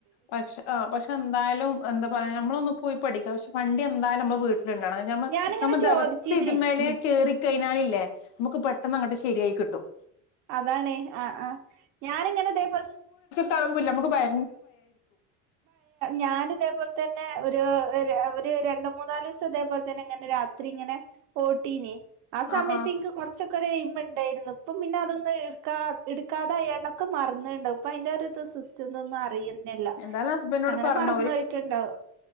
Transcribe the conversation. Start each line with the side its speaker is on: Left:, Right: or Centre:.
Left: പക്ഷെ പക്ഷെ എന്തായാലും എന്താ യാ നമ്മളൊന്ന് പോയി പഠിക്കാം പക്ഷെ വണ്ടി എന്തായും നമ്മ വീട്ട മ്മ
Right: ഞാനിങ്ങനെ
Left: നമ്മ
Right: ചോദിച്ചീന്
Left: ദിവസ ഇത്മേലെ
Right: ഉം
Left: കേറ കഴിഞ്ഞാൽ ല്ല നമുക്ക് പെട്ടെന്ന് അങ്ങട്ട് ശരിയായി കിട്ടും
Right: അതണേ ആ ആ ഞാനിങ്ങനെ അതേല <unintelligible>
Left: കളില്ല നക്ക് <inaudible>
Right: ഞാന ഇതേപോലെ തന്നെ ഒരു ഒരു രണ്ട മൂന്നാല് ദിവസം അതേപോലെ തന്നെ ഇങ്ങനെ രാത്രി ഇങ്ങനെ ഓട്ടീന ആ സമയത്ത്
Left: ആഹ് ആഹ്
Right: ഇനിക്ക് കൊറച്ചൊക്കെഎയിം ഉണ്ടായിരുന്നു ഇപ്പം പിന്നെ അതൊന്നുംാ എടുക്കാതെയൊക്കെ മറന്നുണ്ടാവും അപ്പൊ അതി്റെ ഒരു ഇത് സിസ്റ്റം ഇതൊന്നും അറിയുന്നില്ല
Left: എന്താലും ഹസ്ബൻഡോട്
Right: അങ്ങനെ
Left: പറഞ്ഞ
Right: മറന്നു പോയിട്ടുണ്ടാവും